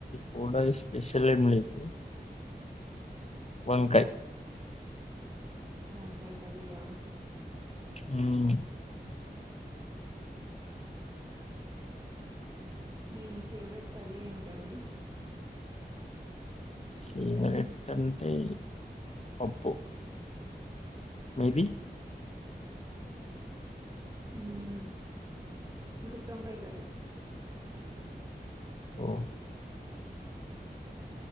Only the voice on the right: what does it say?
వంకాయ్ కర్రీ ఆ
మీ ఫేవరెట్ కర్రీ ఏంటండి
ఉమ్ గుత్తోకాయ్ కర్రీ